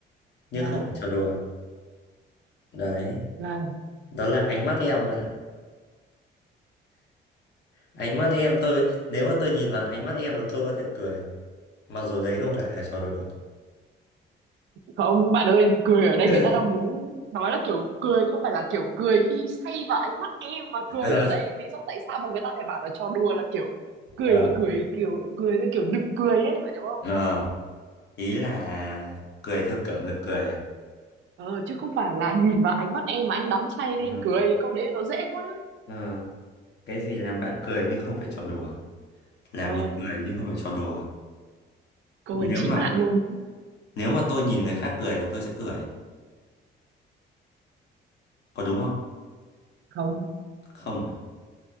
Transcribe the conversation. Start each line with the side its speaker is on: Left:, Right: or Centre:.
Left: nhưng
Right: là
Left: không phải trò đùa đấy
Right: là
Left: đó là ánh mắt em bạn ạ ánh mắt em tôi nếu mà tôi nhìn vào ánh mắt em là tôi có thể cười mặc dù đấy không phải là trò đùa
Right: không bạn ơi, cười ở đây
Left: <laughs>
Right: người ta đang muốn nói là kiểu cười không phải là kiểu cười khi say vào ánh mắt em mà cười
Left: ờ
Right: ở đây lý do tại sao mà người ta phải bảo là trò đùa là kiểu cười
Left: Ờ,
Right: mà cười kiểu cười theo kiểu nực cười ấy, phải đúng không?
Left: Ờ, ý là cười theo kiểu nực cười à
Right: Ờ, chứ không phải là nhìn vào ánh mắt em mà anh đắm say
Left: Ờ,
Right: nên anh cười, câu đấy nó dễ quá.
Left: ờ, cái gì làm bạn cười nhưng không phải trò đùa làm
Right: Ờ,
Left: mình cười nhưng không phải trò đùa
Right: câu
Left: nếu
Right: ấy chí
Left: mà
Right: mạng luôn.
Left: nếu mà tôi nhìn người khác cười là tôi sẽ cười có đúng không
Right: Không
Left: không à